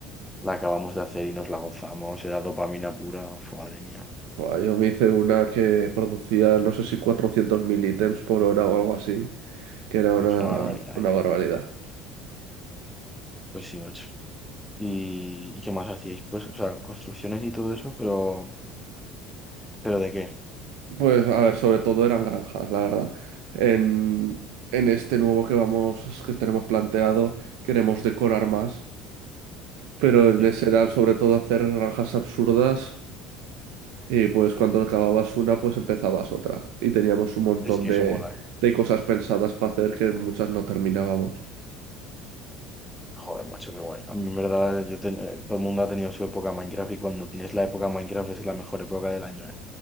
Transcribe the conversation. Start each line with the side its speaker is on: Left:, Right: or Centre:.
Centre: la acabamos de hacer y nos la gozamos, era dopamina pura, Uf, madre mía,
Right: Buah, Yo me hice una que producía, no sé si 400.000 ítems por hora o algo así. que era una,
Centre: es una barbaridad,
Right: una
Centre: ¿eh?
Right: barbaridad.
Centre: Pues sí, macho. ¿Y, y qué más hacíais? Pues, o sea, construcciones y todo eso, pero, ¿pero de qué?
Right: Pues a ver, sobre todo eran granjas, la verdad. En, en este nuevo que vamos, que tenemos planteado, queremos decorar más, pero en
Centre: Sí,
Right: ese era sobre todo hacer granjas absurdas y pues cuando acababas una, pues empezabas otra. Y teníamos un montón
Centre: es que
Right: de,
Centre: eso mola, ¿eh?
Right: de cosas pensadas para hacer que muchas no terminábamos.
Centre: Joder, macho, qué guay. A mí, en verdad, yo ten- eh, todo el mundo ha tenido su época Minecraft y cuando tienes la época Minecraft es la mejor época del año, ¿eh?